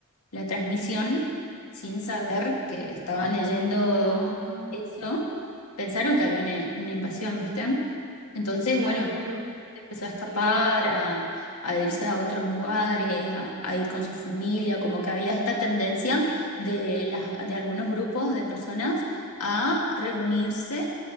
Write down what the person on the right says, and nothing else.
Ah, Ah,
claro,
obvio.
Sí,